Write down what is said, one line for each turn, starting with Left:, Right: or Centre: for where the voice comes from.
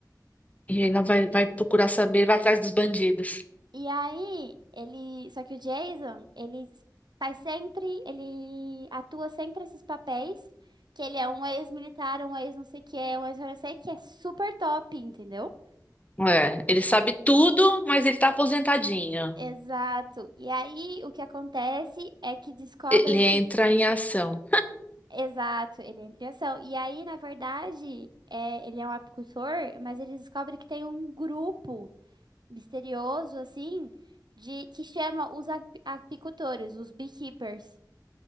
Left: E ela vai, vai procurar saber, vai atrás dos bandidos.
Right: E aí, ele, só que o Jason, ele faz sempre, ele atua sempre esses papéis, que ele é um ex-militar, um ex não sei o que, um ex não sei o que, é super top, entendeu?
Left: É, ele sabe tudo, mas ele tá aposentadinho.
Right: Exato. E aí, o que acontece é que descobrem
Left: Ele
Right: que.
Left: entra em ação.
Right: Exato, ele entra em ação. E aí, na verdade, é, ele é um apicultor, mas ele descobre que tem um grupo misterioso, assim, de que chama os ap- apicultores, os beekeepers.